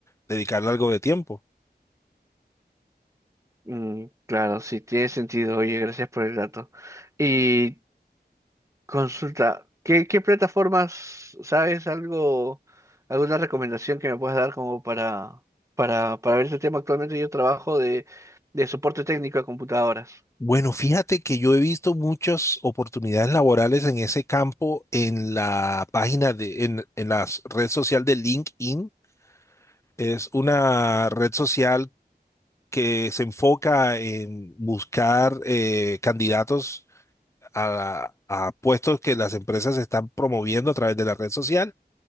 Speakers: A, on the left; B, on the right.
A: dedicarle algo de tiempo.
B: Mm, claro, sí, tiene sentido. Oye, gracias por el dato. Y consulta, ¿qué, qué plataformas, sabes algo, alguna recomendación que me puedas dar como para, para, para ver este tema? Actualmente yo trabajo de, de soporte técnico a computadoras.
A: Bueno, fíjate que yo he visto muchas oportunidades laborales en ese campo en la página de, en, en la red social de LinkedIn Es una red social que se enfoca en buscar eh, candidatos a, a puestos que las empresas están promoviendo a través de la red social.